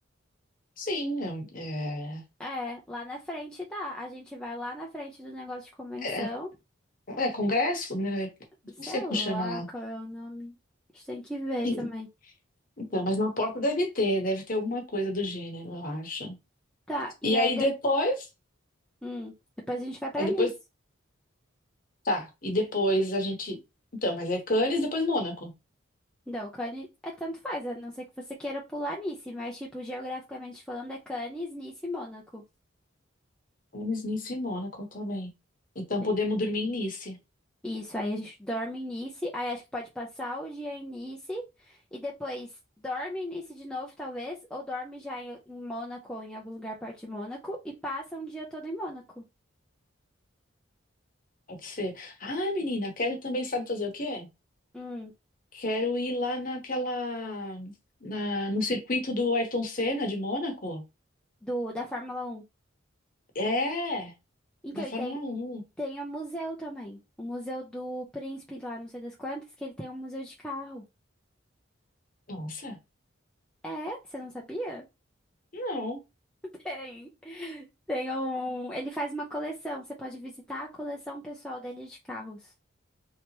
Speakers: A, on the left; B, in the centre.
A: Sim, é,
B: É, lá na frente dá. A gente vai lá na frente do negócio de convenção.
A: é, é- é congresso, né?
B: Sei
A: Não sei como
B: lá
A: chama lá.
B: qual é o nome. A gente tem que ver
A: Sim,
B: também.
A: Então, mas na porta deve ter, deve ter alguma coisa do gênero, eu acho.
B: Tá, e
A: E
B: aí
A: aí
B: de...
A: depois,
B: hum, depois a gente vai pra
A: aí depois,
B: Nice.
A: tá, e depois a gente, então, mas é Cannes, depois Mônaco.
B: Não, Cannes é tanto faz, a não ser que você queira pular Nice, mas, tipo, geograficamente falando, é Cannes, Nice e Mônaco.
A: Cannes, Nice e Mônaco, tá bem. Então
B: Sim.
A: podemos dormir em Nice.
B: Isso, aí a gente dorme em Nice, aí acho que pode passar o dia em Nice e depois dorme em Nice de novo, talvez, ou dorme já em, em Mônaco ou em algum lugar perto de Mônaco e passa um dia todo em Mônaco.
A: Pode ser. Ah, menina, quero também, sabe fazer o quê?
B: Hum,
A: Quero ir lá naquela, na, no circuito do Ayrton Senna de Mônaco.
B: do, da Fórmula Um.
A: É,
B: Então,
A: da Fórmula
B: e tem,
A: Um.
B: tem o museu também. O museu do Príncipe lá, não sei das quantas, que ele tem um museu de carro.
A: Nossa,
B: É? Você não sabia?
A: não.
B: Tem. Tem um. Ele faz uma coleção. Você pode visitar a coleção pessoal dele de carros.